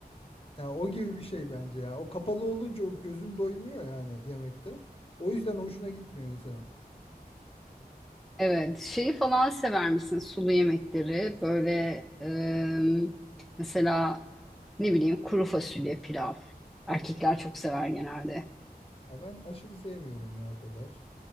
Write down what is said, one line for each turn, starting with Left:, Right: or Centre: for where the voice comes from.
Left: Yani o gibi bir şey bence ya. O kapalı olunca o gözün doymuyor yani yemekte. O yüzden hoşuna gitmiyor insana.
Centre: Evet, şeyi falan sever misin? Sulu yemekleri böyle e, mesela ne bileyim kuru fasulye pilav. Erkekler çok sever genelde.
Left: Ya ben aşırı sevmiyorum ya o kadar.